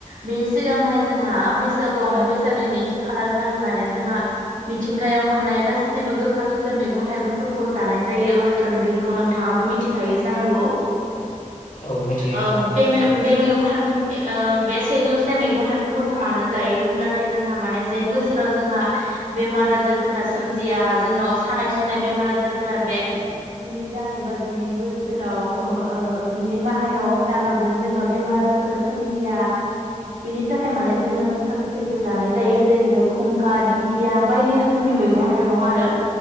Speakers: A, on the right; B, on the left.
A: बेनि सिगांहाय जोंहा बैसागु बैसागोनि नैथि खालार खालि माने जोंहा मिथिंगायाव मोननाय गासिबो गोखा गोखाै मैगं थाइगंफोरखौ जानाय जायो हयथ'न बेखौ नों नोंथाङाबो मिथिखायो जानांगौ।
B: औ मिथियो
A: ओ
B: नोंथां
A: बे मे मैगं <unintelligible> ओ थाइगं बे सेजौसे मैगं थाइगंफोरखौ मानो जायो होनब्लाथाय जोंहा माने जेन बोसोराव जोंहा बेमार आजारफोरा सोमजिया जोंनाव सानाय सुनाय बेमार आजारफोरा बे दान एबा जिनै बोसोराव माबा जिनै माहायाव दानाव जेन जोंनाव बेमार आजारफोरा सोमजिया बेनि थाखाय माने जोङो गोखा गोखैखौ जानाय जायो जेरैहाय खुंखा दिंखिया बायदि रोखोमनि मैगं थाइगं आरो